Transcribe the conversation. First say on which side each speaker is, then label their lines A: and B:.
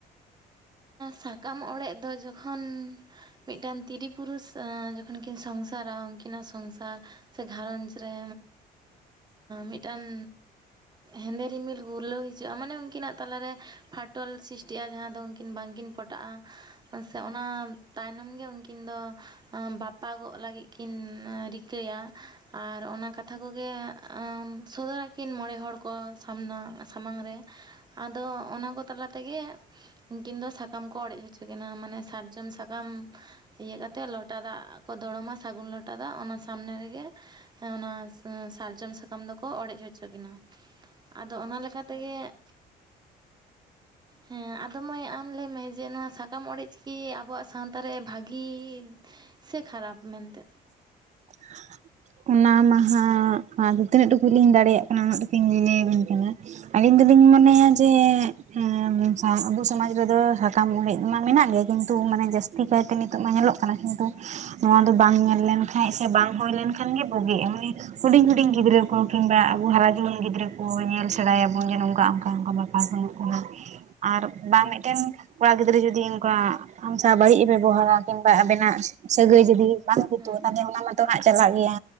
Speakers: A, on the right (about 25°); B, on the right (about 45°).
A: ᱥᱟᱠᱟᱢ ᱚᱲᱮᱡ ᱫᱚ ᱡᱚᱠᱷᱚᱱ ᱢᱤᱫᱴᱟᱱ ᱛᱤᱨᱤ ᱯᱩᱨᱩᱥ ᱡᱚᱠᱷᱚᱱ ᱠᱤᱱ ᱥᱚᱝᱥᱟᱨᱟ, ᱩᱱᱠᱤᱱᱟᱜ ᱥᱚᱝᱥᱟᱨ ᱥᱮ ᱜᱷᱟᱨᱚᱸᱡᱽ ᱨᱮ ᱢᱤᱫᱴᱟᱝ ᱦᱮᱸᱫᱮ ᱨᱤᱢᱤᱞ ᱜᱩᱨᱩᱞᱟᱹᱣ ᱦᱤᱡᱩᱜᱼᱟ᱾ ᱢᱟᱱᱮ ᱩᱱᱠᱤᱱᱟᱜ ᱛᱟᱞᱟᱨᱮ ᱯᱷᱟᱴᱚᱞ ᱥᱤᱨᱤᱥᱴᱤᱜᱼᱟ᱾ ᱡᱟᱦᱟᱸ ᱩᱱᱠᱤᱱ ᱵᱟᱝ ᱠᱤᱱ ᱯᱚᱴᱟᱜᱼᱟ, ᱥᱮ ᱚᱱᱟ ᱛᱟᱭᱱᱚᱢ ᱜᱮ ᱩᱱᱠᱤᱱ ᱫᱚ ᱵᱟᱯᱟᱜᱚᱜ ᱞᱟᱹᱜᱤᱫ ᱠᱤᱱ ᱨᱤᱠᱟᱹᱭᱟ ᱟᱨ ᱚᱱᱟ ᱠᱟᱛᱷᱟ ᱠᱚᱜᱮ ᱥᱚᱫᱚᱨ ᱟᱹᱠᱤᱱ ᱢᱚᱬᱮ ᱦᱚᱲ ᱠᱚ ᱥᱟᱢᱱᱟ ᱥᱟᱢᱟᱝ ᱨᱮ ᱟᱫᱚ ᱚᱱᱟᱠᱚ ᱛᱟᱞᱟ ᱛᱮᱜᱮ ᱩᱱᱠᱤᱱ ᱫᱚ ᱥᱟᱠᱟᱢ ᱠᱚ ᱚᱲᱮᱡ ᱦᱚᱪᱚ ᱠᱤᱱᱟ, ᱢᱟᱱᱮ ᱥᱟᱨᱡᱚᱢ ᱥᱟᱠᱟᱢ ᱤᱭᱟᱹ ᱠᱟᱛᱮᱫ ᱞᱚᱴᱟ ᱫᱟᱜ ᱠᱚ ᱫᱚᱲᱚᱢᱟ᱾ ᱥᱟᱹᱜᱩᱱ ᱞᱚᱴᱟ ᱫᱟᱜ ᱚᱱᱟ ᱥᱟᱢᱱᱮ ᱨᱮᱜᱮ ᱚᱱᱟ ᱥᱟᱨᱡᱚᱢ ᱥᱟᱠᱟᱢ ᱫᱚᱠᱚ ᱚᱲᱮᱡ ᱦᱚᱪᱚ ᱠᱤᱱᱟ᱾ ᱟᱫᱚ ᱚᱱᱟ ᱞᱮᱠᱟ ᱛᱮᱜᱮ ᱦᱮᱸ ᱟᱨ ᱚᱢᱮ ᱢᱟᱹᱭ ᱟᱢ ᱞᱟᱹᱭᱢᱮ ᱡᱮ ᱱᱚᱣᱟ ᱥᱟᱠᱟᱢ ᱚᱲᱮᱡ ᱪᱤᱠᱤ ᱟᱵᱚᱣᱟᱜ ᱥᱟᱶᱛᱟᱨ ᱨᱮ ᱵᱷᱟᱜᱤ ᱥᱮ ᱠᱷᱟᱨᱟᱯ ᱢᱮᱱᱛᱮ
B: <inaudible> ᱚᱱᱟ ᱢᱟᱦᱟᱜ ᱟᱫᱚ ᱛᱤᱱᱟᱹᱜ ᱴᱩᱠᱩ ᱞᱤᱧ ᱫᱟᱲᱮᱭᱟᱜ ᱠᱟᱱᱟ ᱩᱱᱟᱹᱜ ᱴᱩᱠᱩᱞᱤᱧ ᱞᱟᱹᱭ ᱟᱵᱤᱱ ᱠᱟᱱᱟ ᱟᱹᱞᱤᱧ ᱫᱚᱞᱤᱧ ᱢᱚᱱᱮᱭᱟ ᱡᱮ ᱦᱮᱸ ᱟᱵᱚ ᱥᱚᱢᱟᱡ ᱨᱮᱫᱚ ᱥᱟᱠᱟᱢ ᱚᱬᱮᱡ ᱢᱟ ᱢᱮᱱᱟᱜ ᱜᱮ ᱠᱤᱱᱛᱩ ᱢᱟᱱᱮ ᱡᱟᱹᱥ ᱛᱤ ᱠᱟᱭ ᱛᱮ ᱱᱤᱛᱚᱜ ᱢᱟ ᱧᱮᱞᱚᱜ ᱠᱟᱱᱟ ᱠᱤᱱᱛᱩ ᱱᱚᱣᱟ ᱫᱚ ᱵᱟᱝ ᱧᱮᱞ ᱞᱮᱱᱠᱷᱟᱡ ᱥᱮ ᱵᱟᱝ ᱦᱩᱭ ᱞᱮᱱᱠᱷᱟᱱ ᱜᱮ ᱵᱩᱜᱤᱜᱼᱟ ᱦᱩᱭᱥ ᱦᱩᱰᱤᱧ ᱦᱩᱰᱤᱧ ᱜᱤᱫᱽᱨᱟᱹ ᱠᱚ ᱠᱤᱝᱵᱟ ᱟᱵᱚ ᱦᱟᱨᱟ ᱡᱩᱣᱟᱹᱱ ᱜᱤᱫᱽᱨᱟᱹ ᱠᱚ ᱧᱮᱞ ᱥᱮᱬᱟᱭᱟᱵᱚᱱ ᱡᱮ ᱱᱚᱝᱠᱟ ᱚᱱᱠᱟ ᱚᱱᱠᱟ ᱵᱟ ᱟᱨ ᱦᱮ ᱠᱚᱲᱟ ᱟᱨ ᱵᱟᱝ ᱢᱤᱫᱴᱮᱱ ᱠᱚᱲᱟ ᱜᱤᱫᱽᱨᱟᱹ ᱡᱩᱫᱤ ᱚᱱᱠᱟ ᱟᱢᱥᱟᱣ ᱵᱟᱹᱲᱤᱡ ᱮ ᱵᱮᱵᱚᱦᱟᱨᱟ ᱠᱤᱢᱵᱟ ᱟᱵᱮᱱᱟᱜ ᱥᱟᱹᱜᱟᱹᱭ ᱡᱩᱫᱤ ᱵᱟᱝ ᱡᱩᱛᱩᱜᱼᱟ
A: ᱦᱮᱸ
B: ᱛᱟᱦᱚᱞᱮ ᱚᱱᱟ ᱢᱟᱛᱚ ᱦᱟᱜ ᱪᱟᱞᱟᱜ ᱜᱮᱭᱟ